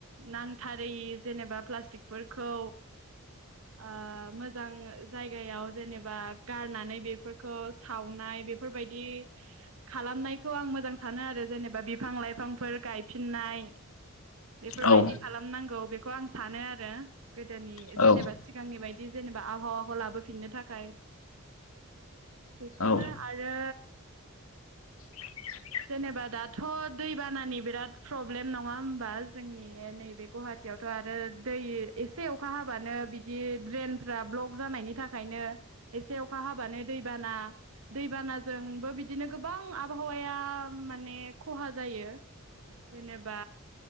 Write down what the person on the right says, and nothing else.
नांथारै जेनेबा प्लास्टिकफोरखौ ओ मोजां जायगायाव जेनेबा गारनानै बेफोरखौ सावनाय बेफोरबायदि खालामनायखौ आं मोजां सानो आरो जेनेबा बिफां लाइफांफोर गायफिननाय बेफोरबायदि
खालामनांगौ बेखौ आं सानो आरो गोदोनि
जेनेबा सिगांनि बायदि जेनेबा आबहावाखौ लाबोफिननो थाखाय बेखौनो
आ रो
जेनेबा दाथ' दैबानानि बिराद प्रब्लेम नङा होमबा जोंनि नैबेखौहाय खाथियावथ' आरो दै एसे अखा हाबानो बिदि ड्रेनफ्रा ब्लक जानायनि थाखायनो एसे अखा हाबानो दैबाना दै बानाजोंबो बिदिनो गोबां आबहावाया माने खहा जायो
जेनेबा